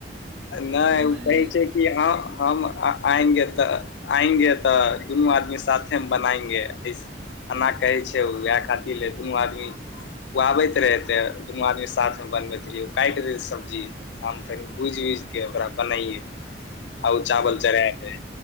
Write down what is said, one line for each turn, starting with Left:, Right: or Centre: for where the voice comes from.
Left: नहि
Right: जेना मानि
Left: ओ कहै
Right: लियौ
Left: छै कि हम आएंगे तऽ <unintelligible> तऽ दुनू आदमी साथे मे <unintelligible> अना कहै छै ओएह खातिर ल दुनू आदमी ओ आबैत रहै तऽ, दुनू आदमीे साथमे बनबैत रहियै ओ काटि दैै सब्जी। हम फेर भूजि उज के ओकरा बनैये, आ उ चावल
Right: ओ
Left: चढ़ाय दै।